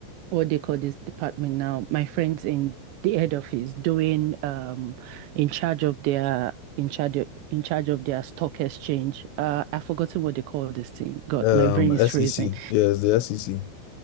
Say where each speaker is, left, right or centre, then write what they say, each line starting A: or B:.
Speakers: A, on the right; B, on the left.
A: what they call this department now, my friends in the head office doing um, in charge of their in charge of, in charge of their stock exchange. Uh, I've forgotten what they call this thing. God,
B: um,
A: my brain is
B: SEC.
A: freezing.
B: Yeah, it's the SEC.